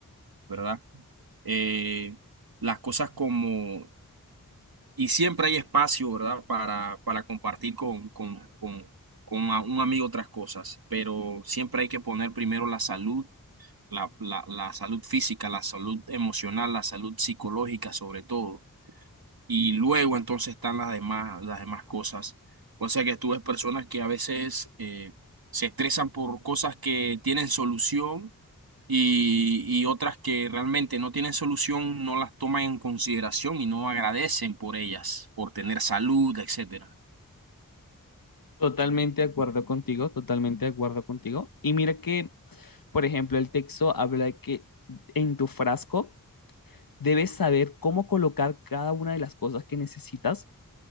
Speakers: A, on the right; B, on the left.
A: ¿verdad? Eh, las cosas como Y siempre hay espacio, ¿verdad? Para, para compartir con, con, con, con a- un amigo otras cosas, pero siempre hay que poner primero la salud, la, la, la salud física, la salud emocional, la salud psicológica sobre todo. Y luego entonces están las demás, las demás cosas. O sea que tú ves personas que a veces eh, se estresan por cosas que tienen solución y, y otras que realmente no tienen solución, no las toman en consideración y no agradecen por ellas, por tener salud, etcétera.
B: Totalmente de acuerdo contigo, totalmente de acuerdo contigo. Y mira que, por ejemplo, el texto habla de que en tu frasco debes saber cómo colocar cada una de las cosas que necesitas,